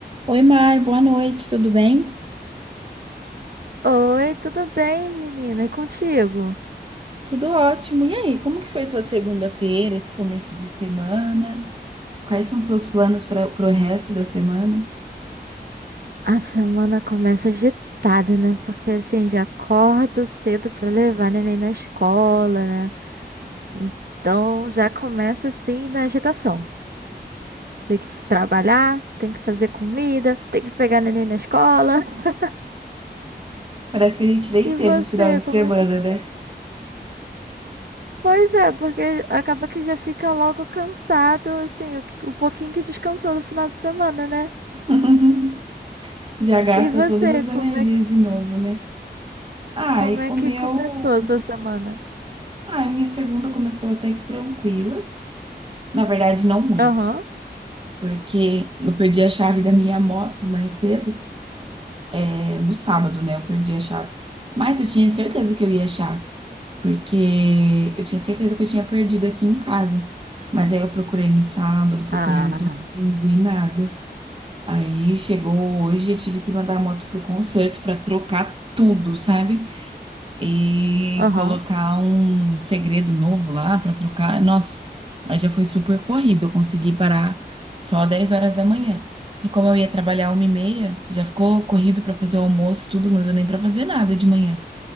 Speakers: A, on the right; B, on the right.
A: Oi, Mai, boa noite, tudo bem?
B: Oi, tudo bem, menina? E contigo?
A: Tudo ótimo. E aí, como que foi sua segunda-feira, esse começo de semana? Quais são seus planos para o resto da semana?
B: A semana começa agitada, né? Porque assim, já acordo cedo pra levar neném na escola, né? Então já começa assim na agitação. Tem que trabalhar, tem que fazer comida, tem que pegar neném na escola. <laughs>
A: Parece que a gente nem
B: E
A: teve
B: você,
A: o final de
B: como
A: semana,
B: é que.
A: né?
B: Pois é, porque acaba que já fica logo cansado, assim, o, que- o pouquinho que descansou do final de semana, né?
A: <laughs> Já gasta
B: E você,
A: todas as
B: como
A: energias
B: é,
A: de novo, né? Ai,
B: como é
A: o
B: que
A: meu.
B: começou a sua semana?
A: Ai, minha segunda começou até que tranquila. Na verdade, não muito.
B: Aham.
A: Porque eu perdi a chave da minha moto mais cedo. É, no sábado, né? Eu perdi a chave. Mas eu tinha certeza que eu ia achar. Porque eu tinha certeza que eu tinha perdido aqui em casa. Mas aí eu procurei no sábado, procurei
B: Ah,
A: no domingo e nada. Aí chegou hoje, eu tive que mandar a moto pro concerto pra trocar tudo, sabe? E
B: aham.
A: colocar um segredo novo lá pra trocar. Nossa, aí já foi super corrido. Eu consegui parar só 10 horas da manhã. E como eu ia trabalhar uma e meia, já ficou corrido pra fazer o almoço, tudo, não deu nem pra fazer nada de manhã.